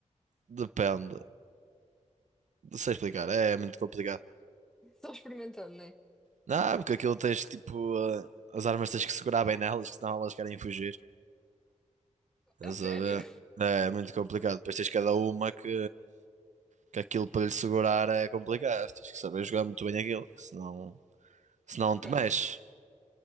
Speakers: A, on the right (about 70°); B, in the centre.
A: depende. Não sei explicar, é muito complicado.
B: Só experimentando, né?
A: Não, porque aquilo tens tipo. eh, As armas tens que segurar bem nelas, que senão elas querem fugir. Estás
B: A sério?
A: a ver? É é muito complicado. Depois tens cada uma que, que aquilo para lhe segurar é complicado. Tens que saber jogar muito bem aquilo, que senão, senão
B: Ok.
A: te mexes.